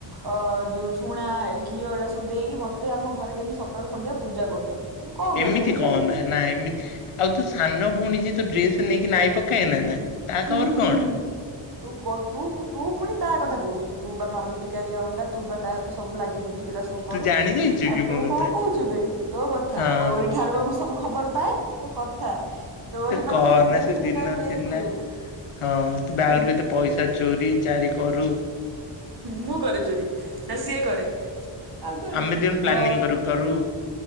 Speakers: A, on the right (about 50°); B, on the left (about 85°).
A: ଅ ଯୋଉ ଝୁଣା, ଘିଅ ଏଗୁଡା ସବୁ ଦେଇକି ମତେ ଆମ ଘରେ ଡେଲି ସକା ସକାଳୁ ସନ୍ଧ୍ୟା ପୂଜା କରୁଛନ୍ତି। ମୁଁ କଣ କରିବି
B: ଏମିତି
A: ମୁଁ
B: କହ
A: ସେ କି
B: ନା, ନା ଏମିତି ଆଉ ତୁ ସାନ ଭଉଣୀ ଯେ ତୋ ଡ୍ରେସ ନେଇକିନା ଆଇ ପକାଏ ନା ନା ତା ଖବର
A: ହୁଁ ହୁଁ
B: କଣ?
A: ହୁଁ ତୁ କ ତୁ ତୁ ପୁଣି ତା କଥା କହୁଛୁ। ତୁ ବା ମାମଲତି କାରିଆ ଅଣ୍ଡା ତୁ ବା ତା ହାତରେ ସବୁ ଲାଗିଛୁ ଟିକେଟା ସବୁ
B: ତୁ
A: କରୁ
B: ଜାଣି ଯାଇଛୁ
A: ଆଉ
B: କି ମୋ
A: ତୁ
B: କଥା
A: କଣ କହୁଛୁ ବେ, ତୋ କଥା
B: ହଁ।
A: ତୋରି ଠାରୁ ବା ମୁଁ ସବୁ ଖବର ପାଏ, ତୋ କଥା ତୋରି
B: ତୁ
A: ପାଖରୁ
B: କହନା
A: ମୁ ଦେଖିକି
B: ସେ ଦିନ
A: ତାକୁ ଯାଇଁ
B: ଥିଲା
A: କୁହେ
B: ହଁ ତୁ ବ୍ୟାଗ୍
A: ହୁଁ।
B: ରୁ କେତେ ପଇସା ଚୋରି ଚାରି କରୁ
A: ମୁଁ କରେ ଚୋରି ନା ସେ କରେ ପାଗଳ
B: ଆମେ
A: କି
B: ଦି ଜଣ ପ୍ଲାନିଂ
A: ହଁ
B: କରୁ କରୁ।